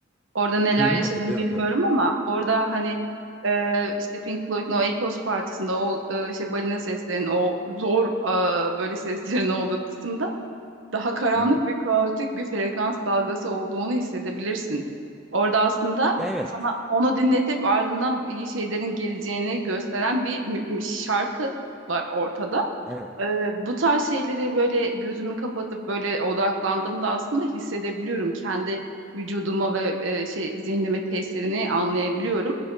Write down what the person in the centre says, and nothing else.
Hı
hatırlıyorum
tabii.
Hı hı.
Ya evet.
Evet.